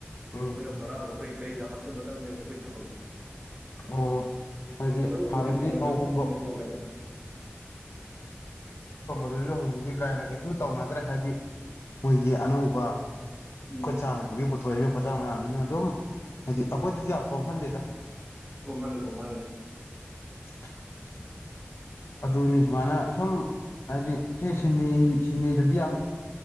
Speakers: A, on the left; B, on the right.
A: ꯎꯝ
B: ꯑꯃꯨꯛ ꯑꯩꯈꯣꯏ ꯀꯩꯗ ꯍꯥꯞꯆꯤꯟꯕꯗꯪꯅꯦꯕ ꯑꯩꯈꯣꯏ ꯊꯕꯛꯁꯦ
A: ꯑꯣ ꯍꯥꯏꯗꯤ
B: ꯂꯧꯕꯨꯗꯤ
A: ꯍꯥꯔꯗꯤ
B: ꯍꯧꯖꯤꯛꯀꯥꯟꯗꯤ
A: ꯐꯥꯎꯒꯨꯝꯕ
B: ꯌꯥꯝ ꯀꯣꯝꯗꯤ ꯀꯣꯝꯃꯦꯗ
A: ꯑꯗꯨꯁꯨ ꯍꯧꯖꯤꯛꯁꯤ ꯀꯥꯏꯅ ꯀꯩꯁꯨ ꯇꯧꯅꯗ꯭ꯔꯦ ꯍꯥꯏꯗꯤ ꯃꯣꯏꯒꯤ ꯑꯅꯧꯕ
B: ꯎꯝ
A: ꯈꯨꯠ ꯁꯥ ꯍꯩꯪꯕꯒꯤ ꯄꯣꯊꯣꯛ <unintelligible> ꯄꯣꯠꯆꯥꯛ ꯃꯌꯥꯝꯁꯤꯅ ꯑꯗꯨꯝ ꯍꯥꯏꯗꯤ ꯑꯩꯈꯣꯏꯗꯗꯤ ꯌꯥꯝ ꯀꯣꯝꯍꯜꯂꯦꯗ
B: ꯀꯣꯝꯍꯜꯂꯦ ꯀꯣꯝꯍꯜꯂꯦ
A: <inaudible> ꯑꯗꯨꯅꯤ ꯁꯨꯃꯥꯏꯅ ꯁꯨꯝ ꯍꯥꯏꯗꯤ ꯁꯤ ꯁꯤꯟ ꯁꯤꯟꯃꯩꯗꯗꯤ ꯌꯥꯝ